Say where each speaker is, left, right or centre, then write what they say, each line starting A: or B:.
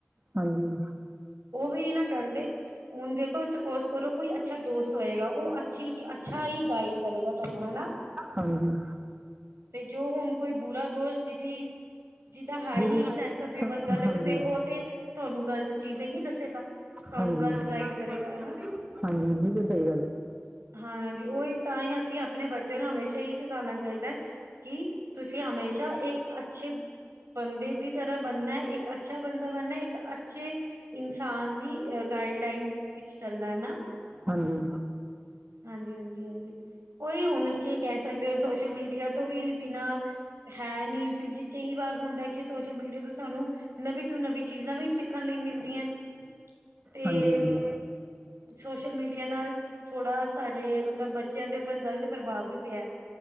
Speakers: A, on the right (about 30°); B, on the right (about 85°).
A: ਹਾਂਜੀ।
B: ਉਹ ਵੀ ਨੀ ਨਾ ਕਰਦੇ। ਹੁਣ ਦੇਖੋ ਸਪੋਜ ਕਰੋ ਕੋਈ ਅੱਛਾ ਦੋਸਤ ਹੋਏਗਾ, ਓਹ ਅਛੀ ਹੀ ਅੱਛਾ ਹੀ ਗਾਈਡ ਕਰੇਗਾ ਤੁਹਾਨੂੰ ਹੈਨਾ।
A: ਹਾਂਜੀ।
B: ਤੇ ਜੋ ਹੁਣ ਕੋਈ ਬੁਰਾ ਦੋਸ਼ ਜਿਦੀ ਜਿਦਾ ਹਾਈ
A: ਜਿਹੜੀ
B: ਸੈਂਸ ਆਫ ਹਊਮਰ
A: ਸ
B: ਗਲਤ
A: ਹਾਂਜੀ
B: ਤੇ ਓਹ ਤੇ ਤੁਹਾਨੂੰ ਗ਼ਲਤ ਚੀਜ਼ਾਂ ਹੀ ਦੱਸੇਗਾ। ਤੁਹਾਨੂੰ
A: ਹਾਂਜੀ
B: ਗ਼ਲਤ
A: ਹਾਂਜੀ,
B: ਗਾਈਡ ਕਰੇਗਾ ਹਨਾ ਬਿਨ
A: ਬਿਲਕੁਲ ਸਹੀ ਗੱਲ ਏ।
B: ਹਾਂਜੀ, ਓਹੀ ਤਾਂ ਹੀ ਅਸੀਂ ਆਪਣੇ ਬੱਚਿਆਂ ਨੂੰ ਹਮੇਸ਼ਾ ਏਹੀ ਸਿਖਾਣਾ ਚਾਹੀਦਾ। ਕਿ ਤੁਸੀਂ ਹਮੇਸ਼ਾ ਏਕ ਅੱਛੇ ਬੰਦੇ ਦੀ ਤਰ੍ਹਾਂ ਬਣਨਾ, ਇੱਕ ਅੱਛਾ ਬੰਦਾ ਬਣਨੈ, ਇੱਕ ਅੱਛੇ ਇਨਸਾਨ ਦੀ ਅ ਗਾਈਡ ਲਾਈਨ ਵਿੱਚ ਚੱਲਣੈ ਨਾ।
A: ਹਾਂਜੀ।
B: ਹਾਂਜੀ ਹਾਂਜੀ ਹਾਂਜੀ। ਓਹੀ ਹੁਣ ਕੀ ਕੈ ਸਕਦੇ ਹੋ? ਸੋਸ਼ਲ ਮੀਡੀਆ ਤੋਂ ਵੀ ਬਿਨਾਂ ਹੈ ਨੀ ਕਿਉਂਕਿ ਕਈ ਵਾਰ ਹੁੰਦੈ ਕਿ ਸੋਸ਼ਲ ਮੀਡੀਆ ਤੋਂ ਸਾਨੂੰ ਨਵੀਂ ਤੋਂ ਨਵੀਂ ਚੀਜ਼ਾਂ ਵੀ ਸਿੱਖਣ ਲਈ ਮਿਲਦੀਆ ਨੇ, ਤੇ
A: ਹਾਂਜੀ ਹਾਂਜੀ
B: ਸੋਸ਼ਲ ਮੀਡੀਆ ਨਾਲ ਥੋੜਾ ਸਾਡੇ ਮਤਲਬ ਬੱਚਿਆਂ ਦੇ ਉੱਪਰ ਗ਼ਲਤ ਪ੍ਰਭਾਵ ਵੀ ਪਿਐ।